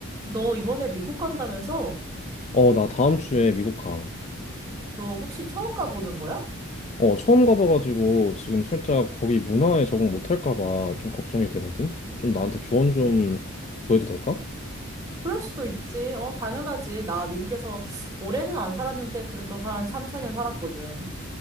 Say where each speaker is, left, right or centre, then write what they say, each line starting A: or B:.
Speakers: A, on the right (about 15°); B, on the left (about 30°).
A: 너 이번에 미국 간다면서?
B: 어, 나 다음 주에 미국 가.
A: 너 혹시 처음 가보는 거야?
B: 어, 처음 가봐가지고 지금 살짝 거기 문화에 적응 못할까 봐 좀 걱정이 되거든? 좀 나한테 조언 좀 구해도 될까?
A: 그럴 수도 있지. 어, 당연하지. 나 미국에서 오래는 안 살았는데 그래도 한 3, 4년 살았거든.